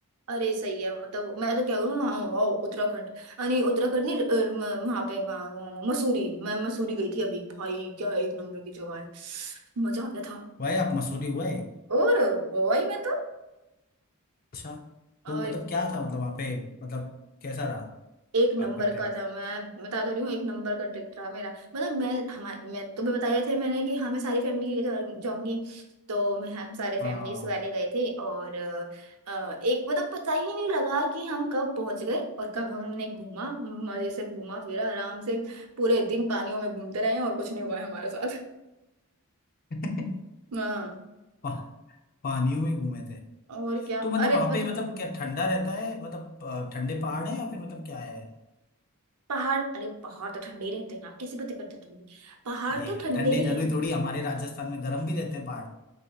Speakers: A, on the right; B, on the left.
A: अरे सही है मतलब मैं तो कह रही हूँ वहाँ वहाँ उत्तराखंड अ, नहीं उत्तराखंड नहीं अ, म- वहाँ पे वहाँ वहाँ- मसूरी मैं मसूरी गई थी अभी भाई क्या एक नंबर की जगह है मजा आ गया था
B: हुआ है आप मसूरी हुए
A: और वही मैं तो
B: अच्छा
A: और
B: तो मतलब क्या था मतलब वहाँ पे मतलब कैसा रहा
A: एक नंबर
B: आपका ट्रिप
A: का था मैं बता तो रही हूँ एक नंबर का ट्रिप था मेरा मतलब मैं हमारे मैं तुम्हें बताया था मैंने कि हाँ मैं सारी फैमिली के लिए जा- जाऊंगी तो मैं हम सारे
B: हाँ
A: फैमिलीज वाले गए थे और अ, अ, एक मतलब पता ही नहीं लगा कि हम कब पहुंच गए और कब हमने घूमा मजे से घूमा फिरा आराम से पूरे दिन पानियों में घूमते रहे हैं और कुछ नहीं हुआ है हमारे साथ <laughs>
B: <laughs>
A: हाँ
B: पा, पानियों में घूमे थे
A: और क्या
B: तो मतलब
A: अरे
B: वहाँ
A: मतलब
B: पे मतलब क्या ठंडा रहता है मतलब अ, ठंडे पहाड़ है या फिर मतलब क्या है
A: पहाड़ अरे पहाड़ तो ठंडे ही रहते हैं ना कैसी बातें करते हो तुम भी पहाड़
B: अरे
A: तो
B: यार
A: ठंडे
B: ठंडे
A: ही
B: जरूरी
A: हैं
B: थोड़ी हमारे राजस्थान में गर्म भी रहते हैं पहाड़